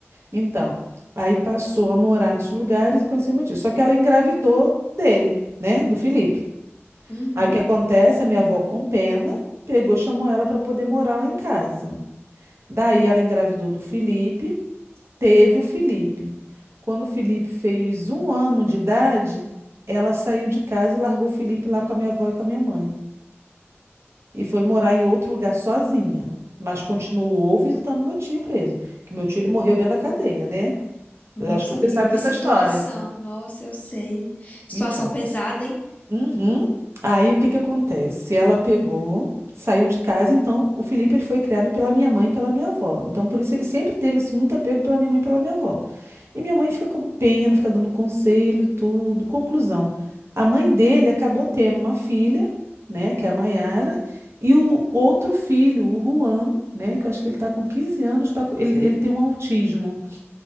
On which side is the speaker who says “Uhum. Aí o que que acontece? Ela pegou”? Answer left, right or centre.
Right